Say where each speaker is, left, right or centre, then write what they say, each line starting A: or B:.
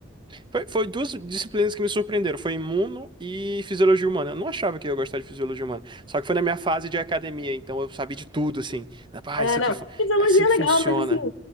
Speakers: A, on the right; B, on the left.
A: Foi, foi duas disciplinas que me surpreenderam. Foi imuno e fisiologia humana. Eu não achava que eu ia gostar de fisiologia humana. Só que foi na minha fase de academia, então eu sabia de tudo, assim. Ah,
B: Ah,
A: isso aqui
B: não.
A: fu-
B: Fisiologia
A: é assim
B: é
A: que
B: legal,
A: funciona.
B: mas assim,